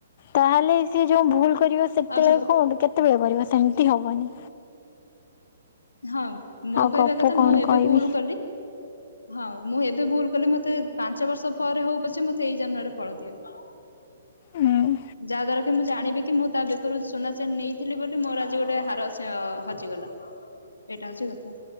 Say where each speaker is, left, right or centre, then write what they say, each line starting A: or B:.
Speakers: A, on the left; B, on the left.
A: ତାହେଲେ ସି ଯୋଉ ଭୁଲ କରିବ ସେତେବେଳେ
B: ଆଉ କିଛି କହୁ
A: କଣ କେତେବେଳେ କରିବ ସେମିତି ହବନି।
B: ହଁ ମୋ
A: ଆଉ
B: କହିବା
A: ଗପ
B: କଥା
A: କଣ
B: ମୁଁ ଏବେ
A: କହିବି
B: ଭୁଲ କଲି। ହଁ ମୁଁ ଏବେ ଭୁଲ କଲି ମତେ ପାଞ୍ଚ ବର୍ଷ ପରେ ହଉ ପଛେ ମତେ ଏଇ ଜନ୍ମରେ ଫଳ ଦିଅ।
A: ଉଁ,
B: ଯାହା ଦ୍ଵାରା କି ମୁଁ ଜାଣିବି କି ମୁଁ ତା ବେକରୁ ସୁନା ଚେନ ନେଇଥିଲି ବୋଲି ମୋର ଆଜି ଗୋଟେ ହାର ସ ହଜି ଗଲା। ଏଇଟା ହଉଚି କଥା।